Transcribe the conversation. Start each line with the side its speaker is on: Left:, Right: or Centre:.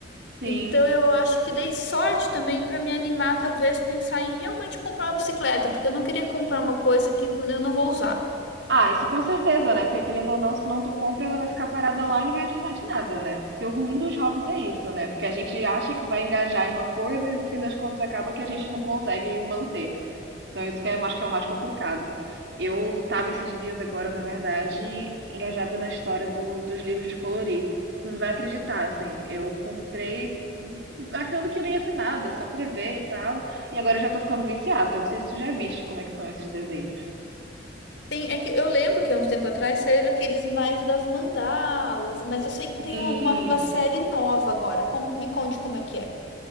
Left: Então
Right: Sim.
Left: eu acho que dei sorte também para me animar, talvez pensar em realmente comprar uma bicicleta, porque eu não queria comprar uma coisa que eu não vou usar.
Right: Ah, isso com certeza, né? Porque querendo ou não, se não tu compra, ela vai ficar parada lá e não vai adiantar de nada, né? Porque o ruim dos hobbies é isso, né? Porque a gente acha que vai engajar em uma coisa e no fim das contas acaba que a gente não consegue manter. Então, isso que eu acho que é o mais complicado. Eu estava esses dias agora, na verdade, engajada na história do- dos livros de colorir. Tu Não vai acreditar, assim. Eu comprei achando que não ia ser nada, só pra ver e tal. E agora eu já tô ficando viciada. Eu não sei se tu já viste como é que são esses desenhos.
Left: Tem, é que eu lembro que há uns tempo atrás saíram aqueles mais das mandalas, mas eu sei que tem
Right: E
Left: uma, uma série nova agora. Com- me conte como é que é.